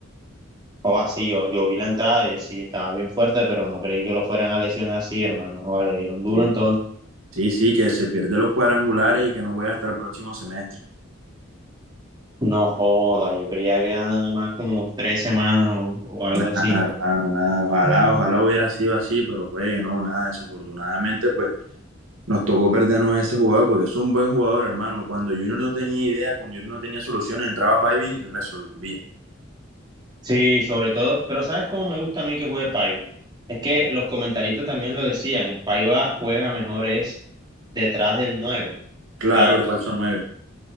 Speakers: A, on the right; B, on the right.
A: O así, yo, yo vi la entrada y sí, estaba bien fuerte, pero no creí que lo fueran a lesionar así, hermano. Joda, le dieron duro,
B: Sí,
A: entonces,
B: sí, sí, que se pierde los cuadrangulares y que no juega hasta el próximo semestre.
A: no joda, yo creía que eran nada más como tres semanas o, o algo así.
B: Ah, hermano, nada, ojalá, ojalá hubiera sido así, pero juegue, no, nada, desafortunadamente, pues nos tocó perdernos a ese jugador porque es un buen jugador, hermano. Cuando Junior no tenía ideas, cuando Junior no tenía soluciones, entraba Paiva y resolvía.
A: Sí, sobre todo, pero ¿sabes cómo me gusta a mí que juegue Paiva? Es que los comentaristas también lo decían, Paiva juega mejor es detrás del nueve,
B: Claro,
A: O sea,
B: de
A: como
B: falso nueve.